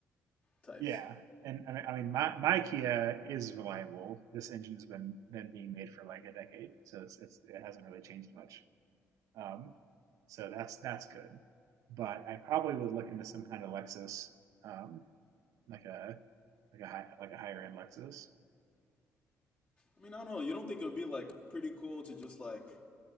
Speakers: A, on the right; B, on the left.
A: <clears throat>
B: types.
A: yeah. And I mean, I mean, my my Kia is reliable. This engine's been been being made for like a decade, so it's it's it hasn't really changed much. Um, so that's that's good. But I probably would look into some kind of Lexus um, like a like a high like a higher end Lexus.
B: I mean, I don't know. You don't think it would be like pretty cool to just like